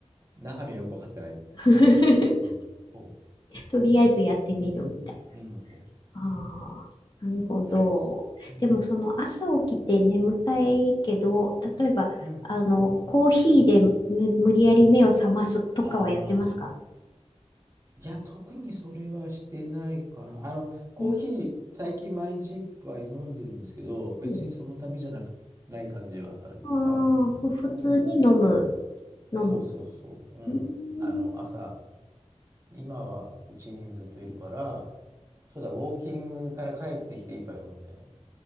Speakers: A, on the right; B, on the left.
A: 中身はよくわかってない。
B: <laughs>
A: うん、そ
B: とりあえずやってみるみたいな。
A: う、うん、そう、
B: ああ、なるほど。
A: みたいです。うん
B: でもその朝起きて眠たいけど、例えば、
A: うん。
B: あの、コーヒーでむ無理やり目を覚ますとかはやってますか
A: ああ。いや、特にそれはしてないかな。あの、コーヒー、
B: うん
A: 最近毎日一杯飲んでるんですけど、別にそのためじゃなく、
B: うん
A: ない感じはあるかな。
B: ああ、ふ普通に飲む、
A: うん。
B: 飲む。
A: そうそうそう。うん。
B: うん
A: あの、朝、今はうちにずっといるから、そうだ、ウォーキングから帰ってきて一杯飲むみたいな。